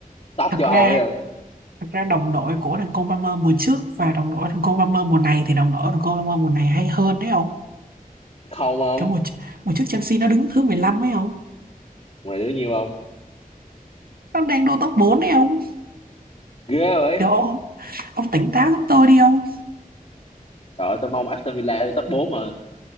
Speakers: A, on the left; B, on the right.
A: top
B: thật
A: châu
B: ra
A: Âu đấy không
B: thật ra đồng đội của thằng Cole Palmer mùa trước và đồng đội thằng Cole Palmer mùa này thì đồng đội thằng Cole Palmer mùa này hay hơn đấy ông.
A: không không
B: Cái mùa, mùa trước Chelsea nó đứng thứ 15 ấy không?
A: mùa này đứa nhiêu không
B: Nó đang đua top 4 ấy không?
A: ghê vậy
B: Trời ơi, ông tỉnh táo giúp tôi đi không?
A: trời ơi, tôi mong Aston Villa đi top 4 mà